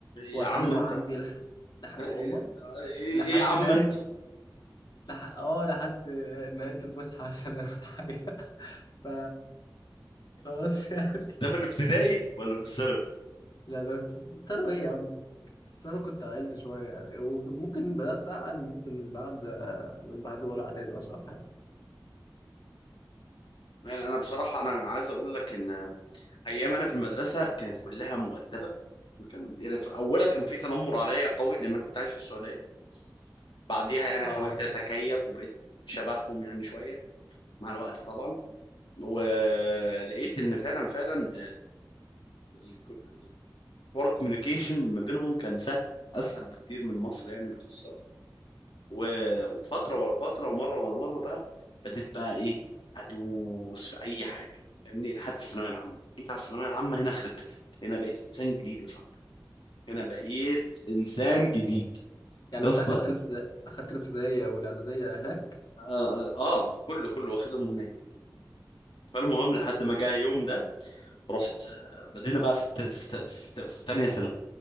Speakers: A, on the left (about 60°); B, on the left (about 80°).
A: واخليهم
B: يا عم انت
A: عندي لح... لح...
B: ايه
A: والله
B: إيه
A: لحد
B: يا عم
A: نهايه
B: انت
A: لح... اه لحد نهايه الفسحه مثلا <laughs> حاجه ف... فبس يعني
B: ده في الابتدائي ولا في الثانوي
A: لا ده ثانوي ايه يا عم بس انا كنت عقلت شويه وممكن بدات اعقل ممكن من بعد من بعد اولى اعدادي مثلا ولا حاجه
B: يعني انا بصراحة انا عايز اقول لك ان ايام انا في المدرسة كانت كلها مؤدبة كان يعني في اولها كان في تنمر عليا قوي لان أنا كنت عايش في السعودية بعديها يعني
A: اه
B: حاولت اتكيف وبقيت شبههم يعني شوية مع الوقت طبعا ولقيت ان فعلا فعلا آه، حوار الكوميونيكيشن ما بينهم كان سهل اسهل بكتير من مصر يعني باختصار و- وفتره ورا فتره ومره ورا مره بقى بديت بقى ايه ادوس في اي حاجه فاهمني لحد الثانويه العامه جيت على الثانويه العامه هنا خربت هنا بقيت انسان جديد يا صاحبي هنا بقيت انسان جديد
A: يعني
B: يا
A: انت
B: اسطى
A: اخدت الابتدائي اخدت الابتدائيه والاعداديه هناك
B: اه, آه آه، كله كله واخدهم هناك فالمهم
A: طب
B: لحد
A: حلو
B: ما جه يوم ده رحت آه، بدينا بقى في الت- في الت- في الت- في تانية ثانوي